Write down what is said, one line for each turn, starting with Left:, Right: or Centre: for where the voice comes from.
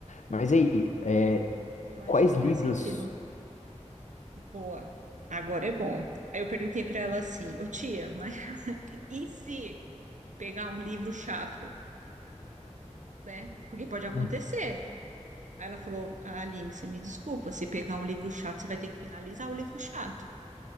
Left: Mas
Right: exatamente.
Left: aí, eh,
Right: Eu acho
Left: quais
Right: que
Left: livros...
Right: faz sentido. Boa. Agora é bom. Aí eu perguntei para ela assim, ô tia, mas <laughs> e se pegar um livro chato, né? Porque pode acontecer.
Left: <laughs> Hum.
Right: Aí ela falou: "Ah, Aline, você me desculpa, se pegar um livro chato, você vai ter que finalizar o livro chato,